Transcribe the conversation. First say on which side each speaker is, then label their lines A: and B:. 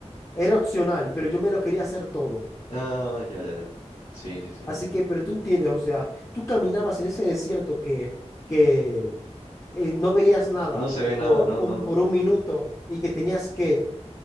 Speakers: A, on the left; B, on the left.
A: era opcional, pero yo me lo quería hacer todo.
B: Ah, ya, ya, ya. Sí, sí, sí.
A: Así que, pero tú entiendes, o sea, tú caminabas en ese desierto que que eh, no veías nada
B: No se ve nada,
A: por
B: no,
A: un,
B: no, no.
A: por un minuto y que tenías que